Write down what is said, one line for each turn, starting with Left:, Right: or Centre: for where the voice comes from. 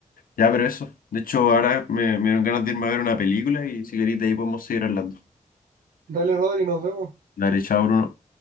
Left: Ya, pero eso. De hecho, ahora me, me dieron ganas de irme a ver una película y si querés de ahí podemos seguir hablando.
Right: Dale, Rodri, nos vemos.
Left: Dale, chao, Bruno.